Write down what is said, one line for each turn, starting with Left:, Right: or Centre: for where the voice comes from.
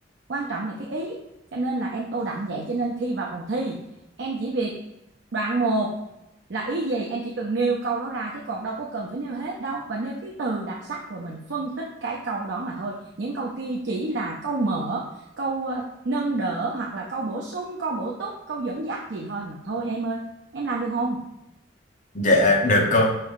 Right: quan trọng là cái ý cho nên là em tô đậm vậy cho nên khi vào phòng thi em chỉ việc đoạn một là ý gì em chỉ cần nêu câu đó ra chứ còn đâu có cần phải nêu hết đâu và nêu cái từ đặc sắc rồi mình phân tích cái câu đó mà thôi những câu kia chỉ là câu mở câu ờ, nâng đỡ hoặc là câu bổ sung câu bổ túc câu dẫn dắt gì thôi mà thôi em ơi em làm được không
Left: Dạ được cô